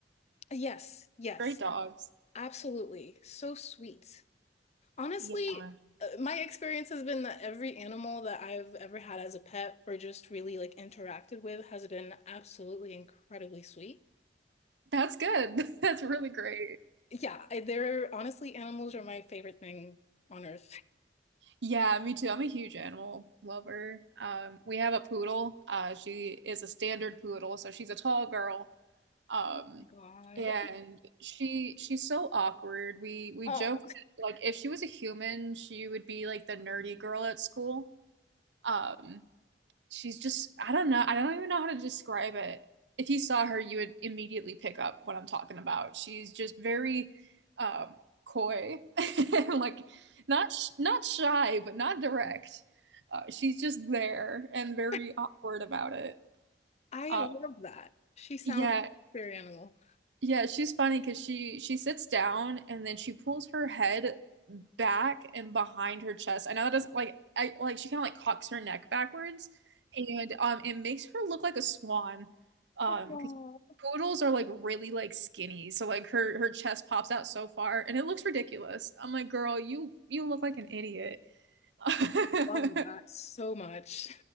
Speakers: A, on the left (about 40°); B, on the right (about 75°).
A: yes, yes,
B: Great dogs.
A: absolutely. So sweet. Honestly,
B: Yeah,
A: uh, my experience has been that every animal that I've ever had as a pet or just really like interacted with has been absolutely incredibly sweet.
B: that's good. <laughs> That's really great.
A: Yeah, I, they're honestly animals are my favorite thing on earth. <laughs>
B: Yeah, me too. I'm a huge animal lover. Um, we have a poodle. Uh, she is a standard poodle, so she's a tall girl. Um,
A: Oh my God.
B: and
A: <laughs>
B: she she's so awkward. We we
A: Oh,
B: joke that, like if she was a human, she would be like the nerdy girl at school. Um, she's just I don't know. I don't even know how to describe it. If you saw her, you would immediately pick up what I'm talking about. She's just very um coy <laughs> like not sh not shy, but not direct. Uh, she's just there and very
A: <laughs>
B: awkward about it.
A: I
B: Uh,
A: love that. She sounds
B: yeah,
A: like a fairy animal.
B: yeah, she's funny because she she sits down and then she pulls her head back and behind her chest. I know that doesn't like I like she kind of like cocks her neck backwards and um it makes her look like a swan. Um
A: Oh,
B: because poodles are like really like skinny. So like her her chest pops out so far and it looks ridiculous. I'm like, "Girl, you you look like an idiot." <laughs>
A: love that so much.